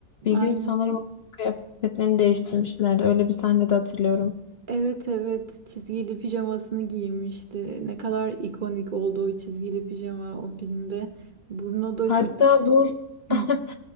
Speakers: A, on the left; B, on the right.
A: Bir
B: Aynen.
A: gün sanırım onun kıyafetlerini değiştirmişlerdi. Öyle bir sahnede hatırlıyorum.
B: Evet evet çizgili pijamasını giymişti. Ne kadar ikonik oldu o çizgili pijama o filmde. Bruno da o-
A: Hatta dur.
B: Hı.
A: <laughs>